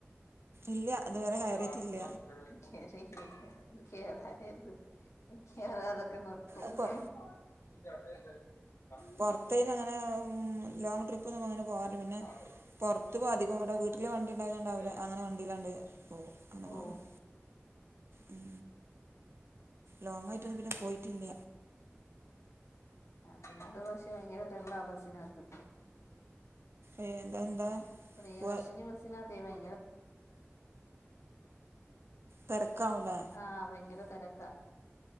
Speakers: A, on the right (about 60°); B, on the left (about 80°).
A: ഇല്ല ഇതുവരെ
B: നറച്ച്
A: കയറിയിട്ടില്ല
B: ആളക്കെ ഉണ്ടയിരുന്നോ പെരെല് <unintelligible> കേറാനെന്ത് മിക്യവാ അതൊക്കെ നിർത്തും
A: അപ്പോൾ
B: <unintelligible>
A: പൊറ്ത്തയ്ന്
B: ഉം.
A: അങ്ങനെ ലോങ്ങ് ട്രിപ്പൊന്നും അങ്ങനെ പോവാറില്ല പിന്നെ
B: താഴെ
A: പൊറത്ത് പോക അധം ഇവിടെ വീട്ടിൽ വണ്ടി ഉണ്ടായത കൊണ്ട്
B: ഒരു
A: അവർ
B: ഇത്.
A: അങ്ങനെ വണ്ടിയിലാണ്ട് പോകും അങ്ങനെ
B: ഓ
A: പോയതാ ഉം ലോങ് ആയിട്ടൊന്നും പിന്നെ പോയിട്ടില്ല
B: പിന്നെ അത് പക്ഷെ ഭയങ്കര തെള്ളാ ബസ്സിനകത്ത്
A: ഏയ് എന്താ എന്താ
B: ആഹ് പ്രിയദർശിനി
A: പോ
B: ബസ്സ് ബസ്സിനകതെയ് ഭയങ്കര
A: തിരക്കാവൂലേ
B: ആ ഭയങ്കര തെരക്കാ